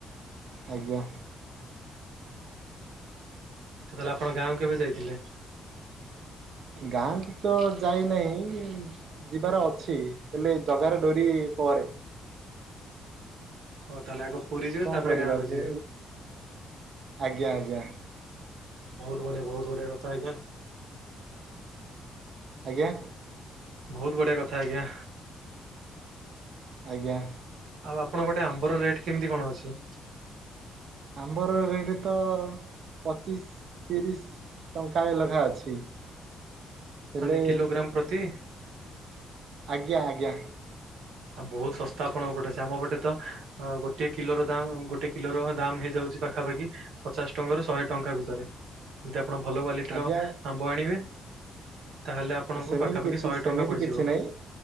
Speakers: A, on the right; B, on the right.
A: ଆଜ୍ଞା।
B: ତ ତାହେଲେ ଆପଣଙ୍କ ଗାଁକୁ କେବେ ଯାଇଥିଲେ?
A: ଗାଁକୁ ତ ଯାଇନାହିଁ ଯିବାର ଅଛି ହେଲେ ଜଗାର ଡୋରି ପରେ
B: ହୋଉ ତାହେଲେ ଆଗ ପୁରୀ ଯିବେ
A: କଣ
B: ତାପରେ
A: କରିବା
B: ଗାଁ କୁ ଯିବେ।
A: ଯେ ଆଜ୍ଞା ଆଜ୍ଞା
B: ବୋହୁତ ବଢିଆ ବୋହୁତ ବଢିଆ କଥା ଆଜ୍ଞା।
A: ଆଜ୍ଞା।
B: ବୋହୁତ ବଢିଆ କଥା ଆଜ୍ଞା।
A: ଆଜ୍ଞା।
B: ଆଉ ଆପଣ ଗୋଟେ ଆମ୍ବର ରେଟ୍ କେମିତି କଣ ଅଛି?
A: ଆମ୍ବର ରେଟ୍ ତ ପଚିଶ ତିରିଶ ଟଙ୍କାଏ ଲେଖା ଅଛି। ହେଲେ
B: ଅନ୍ୟ କିିଲୋଗ୍ରାମ ପ୍ରତି
A: ଆଜ୍ଞା ଆଜ୍ଞା।
B: ଆ ବୋହୁତ ଶସ୍ତା ଆପଣଙ୍କ ପଟେ ସେ ଆମ ପଟେ ତ ଗୋଟେ କିଲୋର ଦାମ ଗୋଟେ କିଲୋର ଦାମ ହେଇଯାଉ ଚି ପାଖାପାଖି ପଚାଶ ଟଙ୍କାରୁ ଶହେ ଟଙ୍କା ଭିତରେ। ଆପଣ ଭଲ କ୍ଵାଲିଟିର
A: ଆଜ୍ଞା
B: ଆମ୍ବ ଆଣିବେ। ତାହେଲେ ଆପଣଙ୍କୁ
A: ସେମିତି
B: ପାଖାପାଖି
A: କିଛି
B: ଶହେ
A: ସେମିତି
B: ଟଙ୍କା ପଡିଯିବ।
A: କିଛି ନାଇଁ